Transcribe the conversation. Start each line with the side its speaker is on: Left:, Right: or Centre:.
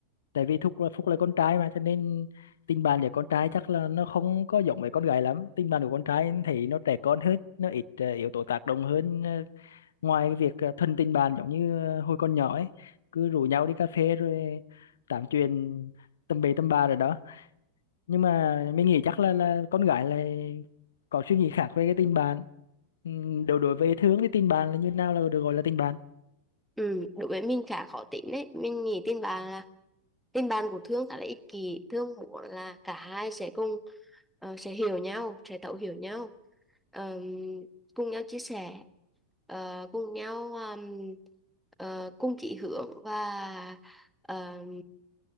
Left: tại vì Phúc là Phúc là con trai mà cho nên tình bạn với con trai chắc là nó không có giống với con gái lắm tình bạn của con trai thấy nó trẻ con hơn nó ít ờ, yếu tố tác động hơn ờ, ngoài cái việc ờ, thân tình bạn giống như ờ, hồi còn nhỏ ấy cứ rủ nhau đi cà phê rồi tám chuyện tầm bậy tầm bạ rồi đó nhưng mà mình nghĩ chắc là là con gái là có suy nghĩ khác về cái tình bạn Ừm, đối đối với Thương thì tình bạn là như nào là được gọi là tình bạn
Centre: Ừ, đối với mình khá khó tính đấy. Mình nghĩ tin bạn là tin bạn của Thương khá là ích kỷ. Thương muốn là cả hai sẽ cùng ờ, sẽ hiểu nhau, sẽ thấu hiểu nhau, Ờm, cùng nhau chia sẻ, ờ, cùng nhau ờm, ờ, cùng chỉ hướng và ờm,